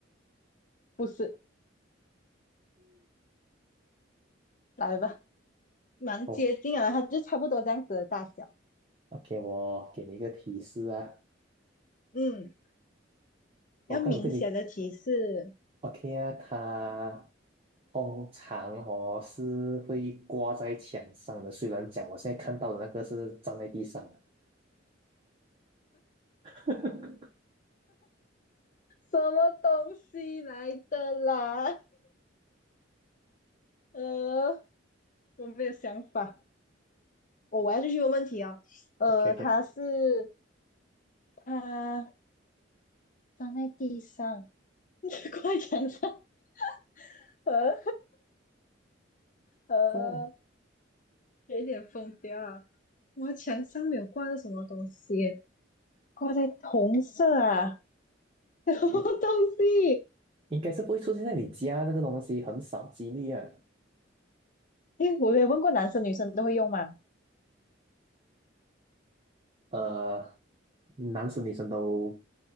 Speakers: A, on the left; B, on the right.
A: 不是，来吧，蛮接近啊，
B: 哦
A: 它就差不多这样子的大小。
B: ，OK，我给你一个提示啊，
A: 嗯，
B: 我刚有跟你
A: 要明显的提示。
B: OK 啊，它通常哦是会挂在墙上的，虽然讲我现在看到的那个是站在地上的。<laughs>
A: 什么东西来的啦？<laughs> 呃，我没有想法。我、哦我要继续问问题啊。<laughs> 哦呃，
B: OK OK，
A: 它是它放在地上，<laughs> 挂在墙上。<laughs> 呃呃，
B: 哦，
A: 有点疯掉啊！我墙上没有挂着什么东西，挂在红色啊，<laughs> 什么东西？
B: 应应该是不会出现在你家这个东西，很少几率啊。
A: 诶，我没有问过男生女生都会用吗？
B: 呃，男生女生都